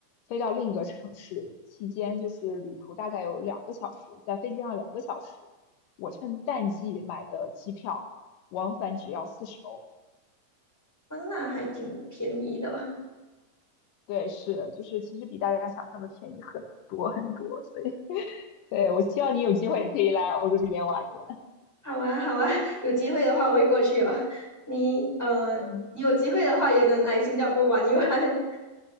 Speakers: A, on the left; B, in the centre.
A: 飞到另一个城市，期间就是旅途大概有两个小时，在飞机上两个小时，我趁淡季买的机票，往返只要四十欧，
B: 哦，那还挺便宜的。
A: 对，是，就是其实比大家想象的便宜很多很多，所以，<laughs> 对，我希望你有机会也可以来欧洲这边玩一玩，
B: 好啊，好啊，<laughs> 有机会的话我会过去哦。
A: 嗯
B: 你呃，
A: 嗯。
B: 你有机会的话也能来新加坡玩一玩。<laughs>